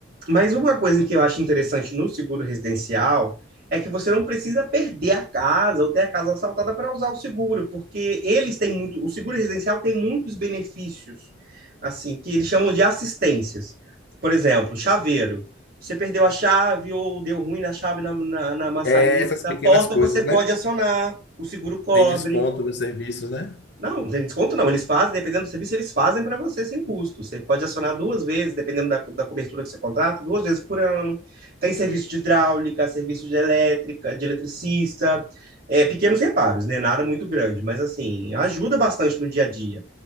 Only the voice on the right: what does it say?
Mas uma coisa que eu acho interessante no seguro residencial é que você não precisa perder a casa ou ter a casa assaltada para usar o seguro, porque eles têm muito, o seguro residencial tem muitos benefícios, assim, que eles chamam de assistências. Por exemplo, chaveiro. Você perdeu a chave ou deu ruim na chave na, na, na maçaneta
da
porta,
você pode
acionar, o seguro cobre.
Não, sem desconto não. Eles fazem, dependendo do serviço, eles fazem para você sem custo. Você pode acionar duas vezes, dependendo da, da cobertura que você contrata, duas vezes por ano. Tem serviço de hidráulica, serviço de elétrica, de eletricista, é, pequenos reparos, né? Nada muito grande, mas assim, ajuda bastante no dia a dia.